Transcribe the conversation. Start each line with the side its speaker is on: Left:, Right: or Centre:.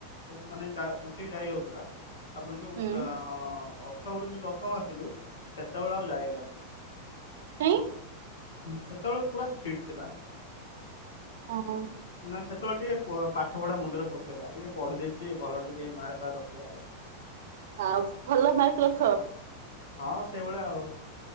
Left: ମାନେ ସେ ଜା ଲୁଚିକି ଯାଇ ହଉଥିଲା। ତାପରେ ଯୋଉ
Right: ହୁଁ
Left: କା ଆଁ ଅଷ୍ଟମ ରୁ ଯୋଉ ଦଶମ ଆସିଲୁ ସେତେବେଳେ ଆଉ ଯାଇ ହେଲାନି।
Right: କାଇଁ।
Left: ସେତେବେଳେ ପୁରା ଷ୍ଟ୍ରିଟ୍ ଥିଲା।
Right: ହଁ
Left: ନା ସେତେବେଳେ ଟିକେ ପ ପାଠ ପଢା ମୁଣ୍ଡରେ ପସିଗଲା। ଟିକେ ପଢିଦେଇକି ଟିକେ ଭଲ ଟିକେ ମାର୍କ ଫାର୍କ ର ଯାଉ।
Right: ଆଉ ଭଲ ମାର୍କ ରଖ।
Left: ହଁ ସେଇଭଳିଆ ଆଉ।